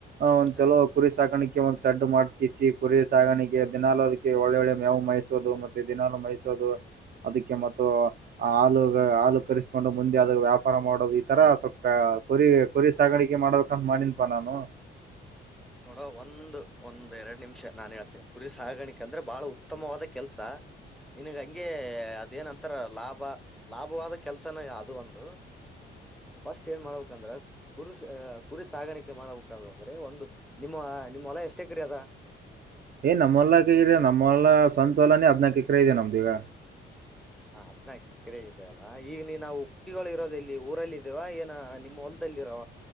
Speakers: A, on the right; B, in the centre.
A: ಒಂದ್ ಚಲೋ
B: ಹ್ಮ್
A: ಕುರಿ ಸಾಕಾಣಿ ಒಂದು ಸಡ್ಡು ಮಾಡ್ತಿಸಿ ಕುರಿ ಸಾಗಾಣೆಗೆ ದಿನಾಲೋ ಅದಕ್ಕೆ ಒಳ್ಳೆ ಒಳ್ಳೆ ಮೆವು ಮೇಯಿಸೋದು ಮತ್ತೆ ದಿನಾಲು ಮೇಯಿಸೋದು ಸದು ಅದಕ್ಕೆ ಮತ್ತು ಹಾಲು ಹಾಲು ಕರೆಸ್ಕೊಂಡು ಮುಂದೆ ಅದ ವ್ಯಾಪಾರ ಮಾಡೋದು ಈ ತರ ಸವಲ್ಪ ಕುರಿ ಕುರಿ ಸಾಗಾಣಿಕೆ ಮಾಡ್ಬೇಕಂತ ಮಾಡಿನ್ಪಾ ನಾನು
B: ನೋಡೋ ಒಂದು ಒಂದ್ ಎರಡ್ ನಿಮಿಷ ನಾನ್ ಹೇಳ್ತೀನಿ ಕುರಿ ಸಾಗಾಣಿಕ ಅಂದ್ರೆ ಬಹಳ ಉತ್ತಮವಾದ ಕೆಲ್ಸ ನಿನಗ್ ಹಂಗೆ ಅದೇನಂತಾರ ಲಾಭ ಲಾಭವಾದ ಕೆಲ್ಸನೆ ಅದು ಒಂದು ಫಸ್ಟ್ ಏನ್ ಮಾಡ್ಬೇಕಂದ್ರ ಕುರುಷ ಕುರಿ ಸಾಗಾಣಿಕೆ ಮಾಡ್ಬೇಕಂದ್ರೆ ಒಂದು ನಿಮ್ಮ ನಿಮ್ಮ ಹೊಲ ಎಷ್ಟೇ ಎಕ್ರೆ ಅದ
A: ಏ ನಮ್ಮ ಹೊಲ್ಲಕೆ ಇದೆ ನಮ್ಮ ಹೊಲ್ಲ ಸ್ವಂತ ಹೊಲ್ಲಾನೇ ಹದ್ನಾಕ ಎಕರೆ ಇದೆ ನಮ್ದೀಗ
B: ಹಾದ್ನಕ್ ಎಕ್ರೆ ಇದೆ ಅಲ್ಲಾ ಈಗ ನೀ ನಾವು ಕುರಿಗಳು ಇರೋದು ಎಲ್ಲಿ ಊರಲ್ಲಿ ಇದೇವಾ ಏನ ನಿಮ್ ಹೋಲ್ದ್ ದಲ್ಲಿರ